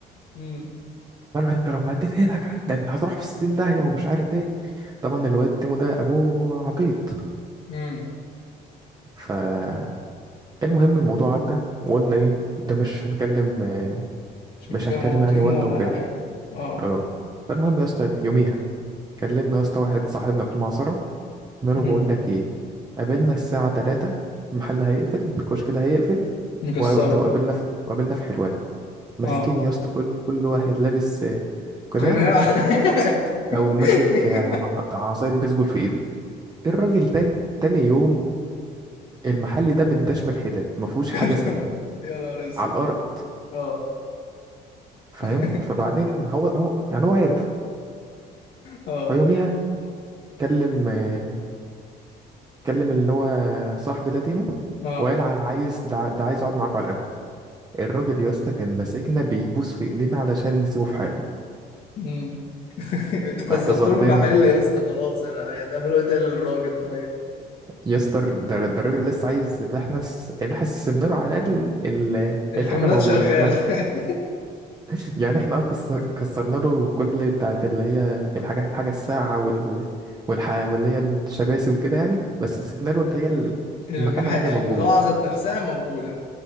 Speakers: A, on the left; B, on the right.
A: امم
B: قالوا انت لو ما اديت ايدك ده انت هتروح في الستين داهية ومش عارف ايه طبعا الواد تيمو ده ابوه عبيط
A: امم
B: فالمهم الموضوع عدى وقلنا ايه ده مش هنكلم آه،
A: عشان
B: مش
A: كده
B: هنكلم
A: ما بوتيمو
B: يعني والده
A: ولا
B: وكده
A: حاجة اه
B: اه فالمهم يا اسطى يوميها كلمنا يا اسطى واحد صاحبنا في المعصرة قلنا له
A: امم
B: بقول لك ايه قابلنا الساعة 3 المحل هيقفل الكشك ده هيقفل
A: مكسره
B: وده وقابلنا في وقابلنا في حلوان ماسكين
A: اه
B: يا اسطى كل كل واحد لابس آه، قناع
A: قناع <laughs>
B: او ماسك
A: يا
B: ع- عصاية بيسبول في ايده الراجل تاني تاني يوم المحل ده متداش من الحتت ما فيهوش حاجه
A: نهار
B: سليمه
A: يا نهار اسود
B: على الارض
A: اه
B: فاهم
A: <laughs>
B: فبعدين هو هو يعني هو عارف
A: اه
B: فيوميها كلم آه، كلم اللي هو صاحبي ده تيمو
A: اه
B: وقال ع- عايز ده ع- ده عايز اقعد معاكوا على القهوه الراجل يا اسطى كان ماسكنا بيبوس في ايدينا علشان نسيبه في حاله
A: امم <laughs> انت كسرتوا
B: اعتذر
A: المحل
B: لنا
A: يا اسطى خلاص يعني هتعملوا ايه تاني للراجل طيب
B: يا اسطى ده ده الراجل لسه عايز اللي احنا س- اللي احنا سيبنا له على الاقل ال-
A: الكاميرات
B: الحاجه موجوده
A: شغالة
B: احنا
A: <laughs>
B: <laughs> يعني احنا اه كسر... كسرنا له كل بتاعت اللي هي الحاجة الحاجة الساقعة وال... والح... واللي هي الشباسي وكده يعني بس سيبنا له اللي هي ال-
A: المح...
B: المكان عادي
A: البضاعة
B: اللي موجود
A: ذات نفسها موجودة